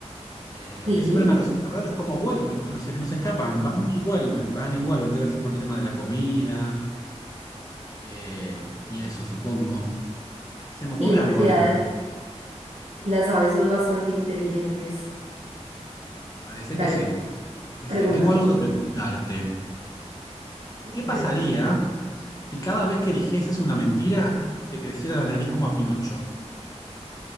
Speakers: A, on the left (about 30°); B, on the right (about 70°).
A: Eh, lo
B: Sí,
A: que siempre me resulta raro es cómo vuelven, porque no se, no se escapan, van y vuelven, van y vuelven. Debe ser por el tema de la comida eh, y eso, supongo. Se me ocurre
B: y en
A: algo
B: realidad
A: ahora que preguntar.
B: las aves son bastante inteligentes.
A: Parece que
B: Dale,
A: sí, que sí.
B: pregúntame.
A: Tengo algo que preguntarte. ¿Qué pasaría
B: Vale.
A: si cada vez que dijeses una mentira te creciera la nariz como a Pinocho?